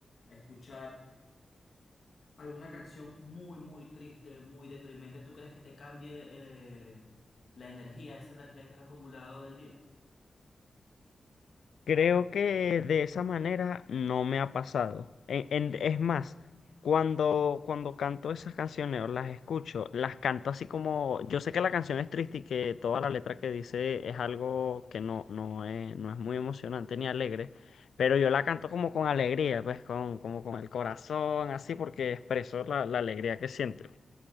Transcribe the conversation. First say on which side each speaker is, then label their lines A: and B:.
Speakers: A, on the left; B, on the left.
A: escuchar alguna canción muy, muy triste, muy deprimente, ¿tú crees que te cambie eh, la energía, esa energía que has acumulado del día?
B: Creo que de esa manera no me ha pasado. En- en- es más, cuando, cuando canto esas canciones o las escucho, las canto así como, yo sé que la canción es triste y que toda la letra que dice es algo que no, no es, no es muy emocionante ni alegre, pero yo la canto como con alegría, pues con, como con el corazón, así porque expreso
A: <laughs>
B: la, la alegría que siento.